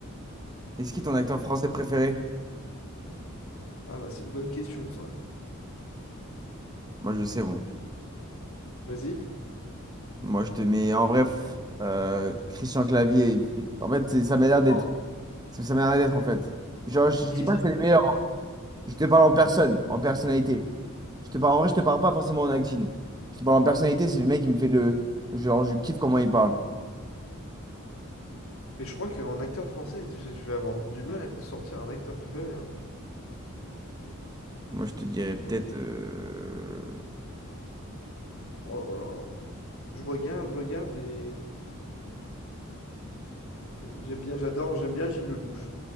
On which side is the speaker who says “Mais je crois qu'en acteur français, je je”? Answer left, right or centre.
Left